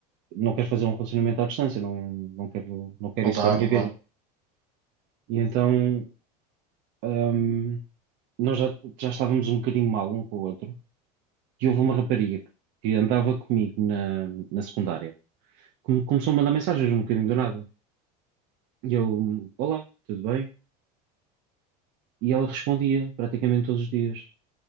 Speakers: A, on the right; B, on the right.
A: não quero fazer um relacionamento à distância, não, não quero, não quero
B: Não
A: isso
B: dá,
A: para a minha
B: não
A: vida.
B: dá.
A: E então, hum, nós já, já estávamos um bocadinho mal um com o outro. E houve uma rapariga que, que andava comigo na, na secundária, que me começou a mandar mensagens um bocadinho do nada. E eu, olá, tudo bem? E ela respondia praticamente todos os dias.